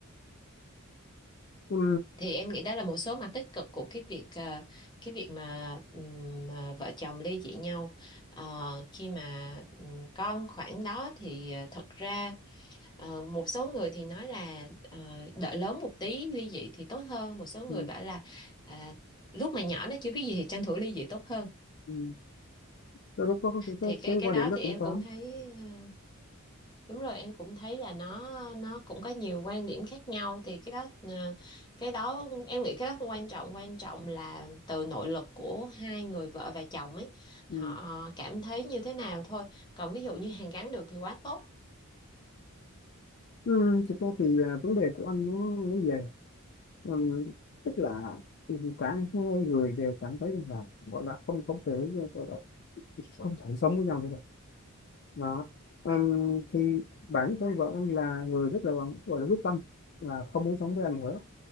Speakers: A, on the left; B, on the left.
A: Ừ,
B: thì em nghĩ đó là một số mặt tích cực của cái việc ờ, cái việc mà ừm, mà vợ chồng ly dị nhau Ờ, khi mà ừm, con khoảng đó thì ờ, thật ra ờ, một số người thì nói là ờ, đợi lớn một tí ly dị thì tốt hơn một số
A: ừ,
B: người bảo là à, lúc mà nhỏ nó chưa biết gì thì tranh thủ ly dị tốt hơn
A: ừ. Đôi lúc có cái, cái,
B: thì cái
A: cái
B: cái
A: quan
B: đó
A: điểm nó
B: thì
A: cũng
B: em
A: có
B: cũng thấy ờ, Đúng rồi, em cũng thấy là nó nó cũng có nhiều quan điểm khác nhau thì cái đó ờ, cái đó em nghĩ cái đó không quan trọng, quan trọng là từ nội lực của hai người vợ và chồng ấy,
A: ừ.
B: họ cảm thấy như thế nào thôi. Còn ví dụ như hàn gắn được thì quá tốt.
A: Ừ, thực ra thì à, vấn đề của anh nó nó về ừ, tức là cả hai người đều cảm thấy là gọi là không không thể ờ, gọi là không thể sống với nhau nữa rồi đó Ừm, thì bản thân vợ anh là người rất là gọi là quyết tâm là không muốn sống với anh nữa